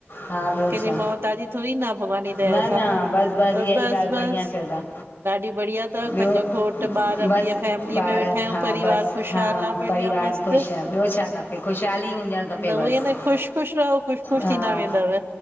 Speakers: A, on the left; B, on the right.
A: हा ॿियो
B: कंहिंजी
A: छा
B: मौहताजी थोरी न भॻवान जी दया
A: न
B: सां
A: न बसि
B: त
A: इहा ई
B: बसि
A: ॻाल्हि बढ़िया
B: बसि
A: चओ था
B: ॾाढी बढ़िया तव
A: ॿियो
B: पंहिंजो घोटु ॿार
A: बसि
B: बढ़िया फैमिलीअ
A: ॿार
B: में वेठा आहियूं
A: हा
B: परिवार
A: बसि
B: ख़ुश
A: हा
B: छा हाल आ बढ़िया
A: परिवार
B: मस्त।
A: ख़ुशि आहे ॿियो छा खपे ख़ुशहाली हुजणु खपे
B: नव
A: बसि
B: एन ख़ुश ख़ुश रहो। ख़ुश ख़ुश
A: हा
B: थींदा वेंदव।